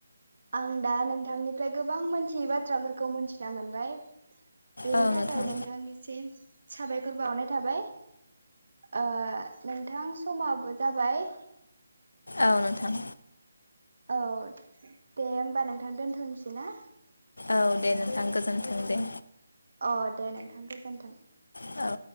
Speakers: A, on the right (about 65°); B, on the left (about 85°).
A: आं दा नोंथांनिफ्राय गोबां मोनथियै बाथ्राफोरखौ मोनथिना मोनबाय। बेनि
B: औ
A: थाखाय
B: नोंथां
A: नोंथांनिसिम साबायखर बावनाय थाबाय। ओ नोंथां समाबो जाबाय।
B: औ नोंथां।
A: औ दे होमबा नोंथां दोनथ'नोसै ना?
B: औ दे नोंथां गोजोन्थों दे।
A: अ दे नोंथां गोजोन्थों।
B: औ